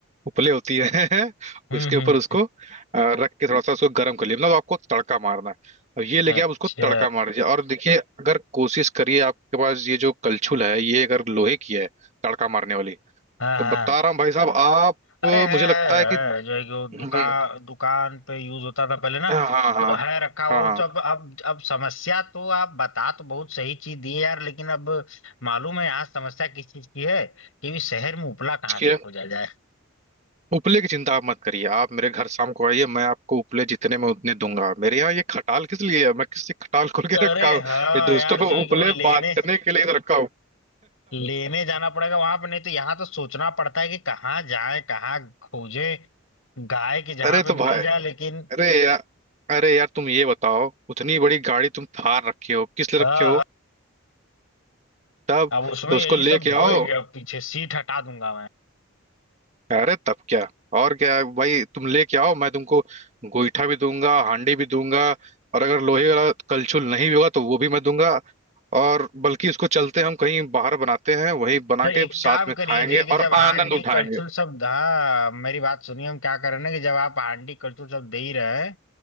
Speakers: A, on the right; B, on the left.
A: उपले होती है <laughs>
B: हम्म
A: उसके ऊपर
B: हम्म
A: उसको अ, रख के थोड़ा सा उसको गर्म कर लिया मतलब आपको तड़का मारना है और ये लेके
B: अच्छा
A: आप उसको तड़का मार दीजिए और देखिए अगर कोशिश करिए आपके पास ये जो कलछुल है ये अगर लोहे की है तड़का मारने वाली
B: हाँ
A: तो बता
B: हाँ
A: रहा हूँ भाई साहब आप
B: अरे है
A: मुझे
B: है
A: लगता है कि
B: है, जो है कि वो दुकान
A: हम्म,
B: दुकान पे यूज होता था पहले ना
A: हाँ हाँ हाँ
B: तो है रखा हुआ
A: हाँ
B: वो तो अब अब अब समस्या तो आप बता तो बहुत सही चीज दी है यार लेकिन अब मालूम है यहाँ समस्या किस चीज की है कि भी शहर में उपला कहाँ
A: हाँ
B: से खोजा जाए
A: उपले की चिंता आप मत करिए आप मेरे घर शाम को आइए मैं आपको उपले जितने में उतने दूंगा मेरे यहाँ ये खटाल किस लिए है मैं किससे खटाल खोल के
B: अरे
A: रखा हूँ
B: हाँ
A: ये दोस्तों
B: यार जो
A: को
B: है
A: उपले
B: कि वो लेने
A: बांटने के लिए तो रखा हूँ
B: लेने जाना पड़ेगा वहां पे नहीं तो यहाँ तो सोचना पड़ता है कि कहाँ जाए कहाँ खोजे गाय के जहाँ
A: अरे
B: पे
A: तो
B: मिल
A: भाई
B: जाए लेकिन
A: अरे यार अरे यार तुम ये बताओ उतनी बड़ी गाड़ी तुम थार रखे हो किस लिए
B: हाँ
A: रखे हो तब
B: अब उसमें
A: तो
B: यही
A: उसको लेके
B: सब ढोएंगे
A: आओ
B: अब पीछे सीट हटा दूंगा मैं
A: अरे तब क्या और क्या है भाई तुम लेके आओ मैं तुमको गोईठा भी दूंगा हांडी भी दूंगा और अगर लोहे वाला कलछुल नहीं भी होगा तो वो भी मैं दूंगा और बल्कि इसको चलते हम कहीं बाहर बनाते हैं वही बना
B: तो एक
A: के
B: काम
A: साथ में
B: करिए
A: खाएंगे
B: जो है
A: और
B: कि जब हांडी
A: आनंद उठाएंगे
B: कलछुल शब्द हाँ मेरी बात सुनिए हम क्या कर रहे हैं ना कि जब आप हांडी कलछुल शब्द दे ही रहे हैं